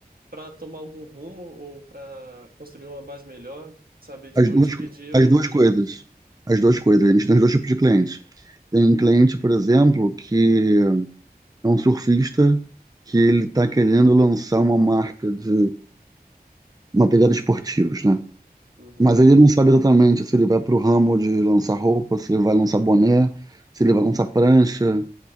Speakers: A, on the right; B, on the right.
A: para tomar algum rumo ou para construir uma base melhor, saber, tipo,
B: As duas,
A: dividir
B: co- as
A: os...
B: duas coisas. As duas coisas. A gente tem os dois tipos de clientes. Tem um cliente, por exemplo, que é um surfista que ele está querendo lançar uma marca de uma pegada esportivos, né?
A: Uhum,
B: Mas ele não sabe exatamente se ele vai para o ramo de lançar roupa, se ele vai lançar boné, se ele vai lançar prancha.